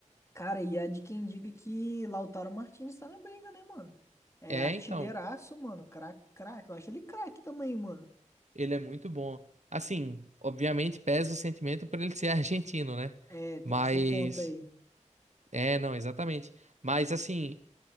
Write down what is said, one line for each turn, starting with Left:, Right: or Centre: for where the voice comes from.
Left: Cara, e há de quem diga que Lautaro Martínez tá na briga, né, mano? É
Right: É,
Left: artilheiraço,
Right: então,
Left: mano. Craque, craque. Eu acho ele craque também, mano.
Right: ele é muito bom. Assim, obviamente pesa o sentimento por ele ser <laughs> argentino, né?
Left: É, tem
Right: Mas.
Left: esse ponto aí.
Right: É, não, exatamente. Mas assim,